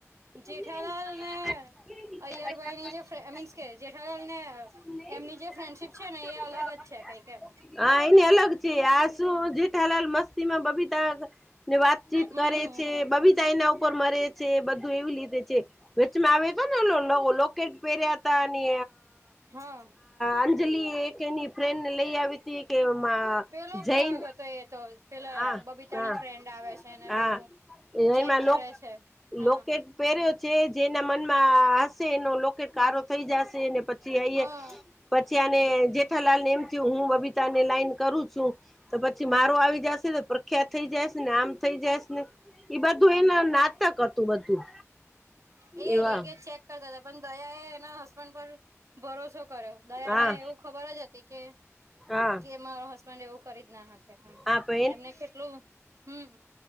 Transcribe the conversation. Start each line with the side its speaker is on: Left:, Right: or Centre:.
Centre: હા
Right: જેઠાલાલ ને અય્યર ભાઇની જે મીન્સ જેઠાલાલ ને એમની જે ફ્રેન્ડશીપ છે ને એ અલગ જ છે કઈક એમ
Centre: હા એને અલગ છે આ શું જેઠાલાલ મસ્તી માં બબીતા ને વાતચીત
Right: હમ
Centre: કરે છે. બબિતા એના ઉપર મરે છે બધું એવી રીતે છે. વચમાં આવ્યો તો ઓલો લોકેટ પહેર્યા હતા અને
Right: હા
Centre: અંજલી એક એની ફ્રેન્ડને લઈ આવી તઇકે
Right: પેલો
Centre: જૈન
Right: ભાગ હતો એ તો પેલા
Centre: હ હા
Right: બબીતાની
Centre: હા
Right: ફ્રેન્ડ આવે છે ને
Centre: હા
Right: પેલું ચેક
Centre: એમાં
Right: કરે છે હા
Centre: લોકેટ પેરે છે જેના મનમાં હશે એનો લોકેટ કારો થઈ જશે અને પછી અય્યર
Right: હા
Centre: પછી આને જેઠાલાલ ને એમ થયું હું બબીતા ને લાઈન કરું છું તો પછી મારો આવી જશે તો પ્રખ્યાત થઈ જાયસ ને આમ થઈ જાયસ ને એ બધું એના નાટક હતું બધું
Right: એજ
Centre: એવા
Right: કે ચેક કરતા હતા પણ દયાએ એના હસબન્ડ પર ભરોસો કર્યો. દયાને
Centre: હા
Right: એવું ખબર જ હતી કે
Centre: હા
Right: કે મારો હસ્બંડ પણ એવું કરી જ ના હકે
Centre: હા તો
Right: એમને કેટલું હમ